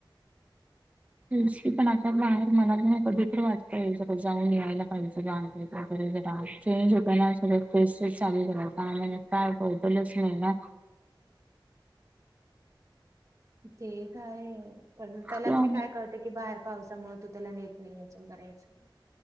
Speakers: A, on the right; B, on the right.
A: <inaudible>
B: तुलसी पण आता बाहेर मला पण कधीतरी वाटतय जरा जाऊन यायला पाहिजे बाहेर. वगैरे जरा चेंज होताय ना सगळं तेच तेच चालूय जरा सहा महिने काय बदलच नाहीये ना.
A: ते एक आहे पण त्याला
B: किंवा
A: तरी काय कळते. की बाहेर पावसामुळे तू त्याला नेत नही ये येच वगैरे येच